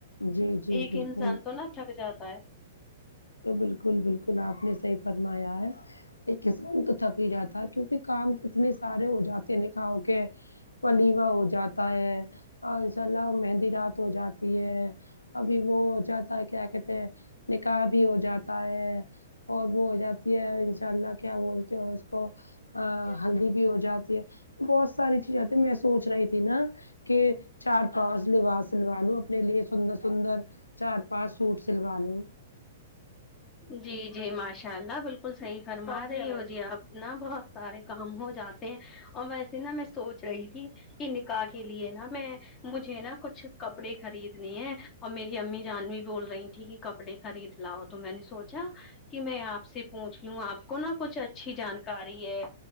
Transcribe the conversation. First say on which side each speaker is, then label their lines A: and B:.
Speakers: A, on the left; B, on the left.
A: جی جی
B: ایک
A: بالکل
B: انسان تو نا تھک جاتا ہے
A: بالکل بالکل آپ نے صحیح فرمایا ہے ایک انسان تو تھک ہی جاتا کیوں کام اتنے سارے ہو جاتے ہیں نکاؤ کے ولیمہ ہو جاتا ہے اور انشاء اللہ مہندی رات ہو جاتی ہے ابھی وہ جاتا ہے کیا کہتے ہیں نکاح بھی ہو جاتا ہے اور بھی ہو جاتی ہے انشاء اللہ کیا بولتے ہو اس کو ا
B: ہے
A: ہلدی بھی ہو جاتی ہے بہت ساری چیزیں میں سوچ رہی تھی نا کہ چار پانچ لباس سلوا لو اپنے لیے سندر سندر چار پانچ سوٹ سلوا لو
B: جی جی ماشاء اللہ بالکل کل صحیح فرما رہی ہو جی آپ ن بہت سارے کام ہو جاتے ہیں اور ویسے نا میں سوچ رہی تھی کہ نکاح کے لیے نا میں مجھے نا کچھ کپڑے خریدنے ہیں اور میری امی جان بول رہی تھی ٹھیک ہے کپڑے خرید لاؤ تو میں نے سوچا کہ میں آپ سے پوچھ لوں آپ کو نہا کچھ اچھی جانکاری ہے